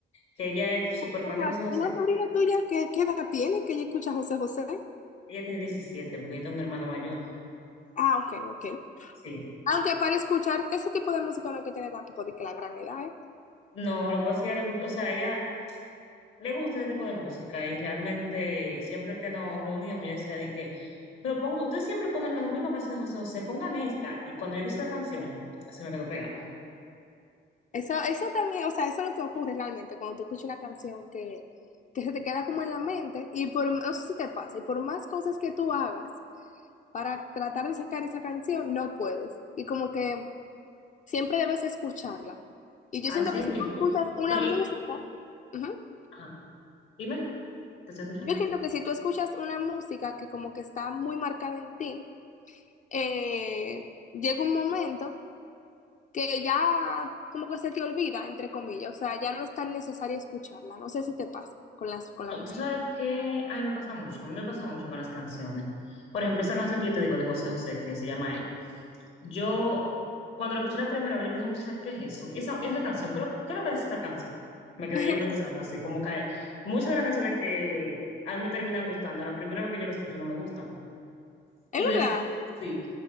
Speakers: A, on the left; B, on the left.
A: que ella es súper
B: O
A: fan
B: sea,
A: de José José
B: una sobrina tuya, ¿qué, qué edad tiene que ella escucha José José?
A: Ella tiene 17 porque yo tengo un hermano mayor,
B: Ah, ok, ok.
A: sí.
B: Aunque para escuchar ese tipo de música no hay que tener tampoco de que la gran edad, ¿eh?
A: No, lo que pasa es que ella, le gu- o sea, ella le gusta ese tipo de música y realmente siempre que nos reuníamos ella decía de que, pero pon, ustedes siempre ponen las mismas canciones de José José, pongan esta. Y cuando yo vi esa canción, se me quedó pegada.
B: Eso, eso también, o sea, eso es lo que ocurre realmente cuando tú escuchas una canción que, que se te queda como en la mente y por, no sé si te pasa, y por más cosas que tú hagas para tratar de sacar esa canción, no puedes. Y como que siempre debes escucharla. Y yo
A: Así
B: siento que si
A: mismo.
B: tú escuchas una
A: No, y-
B: música, ujú,
A: ajá. Dime, te estoy escuchando.
B: yo siento que si tú escuchas una música que como que está muy marcada en ti, eh, llega un momento que ya como que se te olvida, entre comillas, o sea, ya no es tan necesario escucharla. No sé si te pasa con las, con la
A: No,
B: música.
A: tú sabes que a mí me pasa mucho, a mí me pasa mucho con las canciones. Por ejemplo, esa canción que yo te digo de José José, que se llama Él. Yo, cuando la escuché la primera vez, yo le dije muchas veces, ¿qué es eso? ¿Y esa, y esa canción? ¿Qué, es lo qué es lo que dice esa canción? Me quedé
B: <laughs>
A: yo pensando así, como que muchas de las canciones que a mí me terminan gustando, la primera vez que yo la escucho no me gusta.
B: Es
A: Y
B: verdad,
A: después, sí.